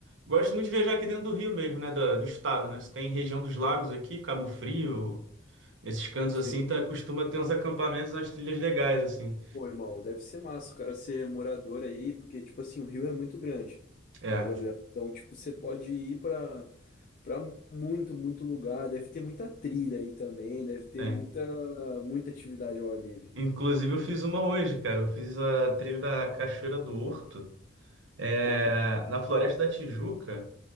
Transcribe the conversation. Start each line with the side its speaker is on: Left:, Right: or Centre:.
Right: Gosto muito de viajar aqui dentro do Rio mesmo, né? Do, do estado, né? Você tem região dos lagos aqui, Cabo Frio, esses cantos
Left: Sim.
Right: assim, tá, costuma ter uns acampamentos nas trilhas legais, assim.
Left: Pô, irmão, deve ser massa o cara ser morador aí, porque, tipo assim, o Rio é muito grande,
Right: É,
Left: né, Gabriel? Então, tipo, você pode ir pra, pra muito, muito lugar. Deve ter muita trilha aí também, deve ter
Right: tem.
Left: muita, muita atividade ao ar livre.
Right: Inclusive eu fiz uma hoje, cara. Eu fiz a trilha da Cachoeira do Horto, é,
Left: Ó,
Right: na Floresta da Tijuca.